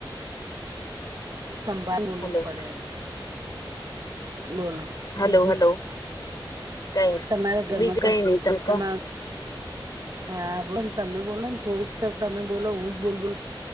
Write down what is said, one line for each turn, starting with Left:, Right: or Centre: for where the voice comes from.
Right: સંભાળ બોલવું
Left: હલો
Right: પડેમ બોલો
Left: હલો
Right: બીજું
Left: હલો કઈ
Right: તમારા ઘરમાં
Left: બીજ
Right: પણ
Left: કઈ નહી તમે
Right: તમારા
Left: કહો
Right: હા બોને તમે બોલો ને થોડુંક તમે બોલો હું જ બોલ બોલ